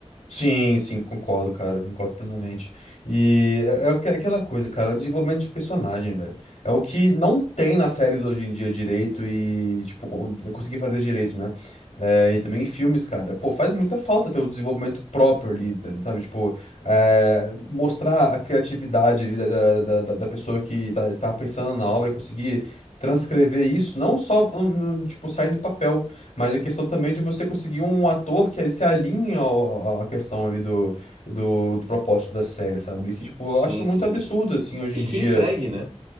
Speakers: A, on the left (about 85°); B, on the right (about 85°).
A: sim, sim, concordo, cara, concordo plenamente. E é, é aqua- aquela coisa, cara, é o desenvolvimento de personagem, velho. É o que não tem nas séries hoje em dia direito e, tipo, con- conseguir fazer direito, né? É, e também em filmes, cara. Pô, faz muita falta ter o desenvolvimento próprio ali, tá- sabe? Tipo, é, mostrar a criatividade ali da, da, da, da- da pessoa que tá, tá pensando na obra, conseguir transcrever isso, não só, no, no- tipo, sair do papel. Mas a questão também de você conseguir um ator que se alinhe ao- ao- à questão ali do, do, do propósito da série, sabe? Que, tipo,
B: Sim,
A: eu acho muito
B: sim.
A: absurdo, assim, hoje
B: E
A: em dia.
B: que entregue, né?